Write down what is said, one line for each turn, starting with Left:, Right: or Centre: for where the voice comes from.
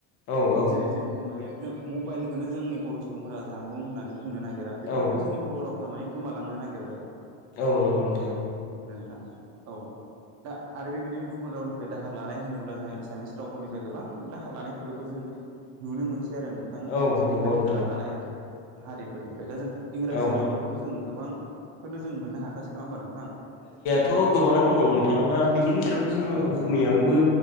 Left: औ औ
Right: जेरै जों बुंनो हायो जों मबाइलखौनो जोंनि बर' सुबुंफोरा जानबुं होननानै बुंनो नागिरा बेफोर
Left: औ
Right: बायदियाव जोंनि बर' रावफ्रा माने गोमालांनो नागिरबाय
Left: औ नंगौ नोंथां
Right: थां औ दा आरो बेबायदिनो गुबुन रावनिफ्राय दाहार लानाय होनोब्ला जोंहा एसामिस रावफोरनिफ्राय गोबां दाहार लानायफोरखौबो जों नुनो मोनसै आरो नोंथां
Left: औ
Right: जोंनि
Left: नंगौ
Right: खाथि
Left: नोंथां
Right: खाला थानाय हारिफोरनिफ्राय दा जों इंराजि
Left: औ
Right: रावनिखौथ' जों गोबांखौनो जों मोननो हाखासै नङा होमबा नोंथां
Left: थ' गोबांनो दं नोंथां दा बेनि गेजेरावबो जोङो
Right: औ
Left: असमियावबो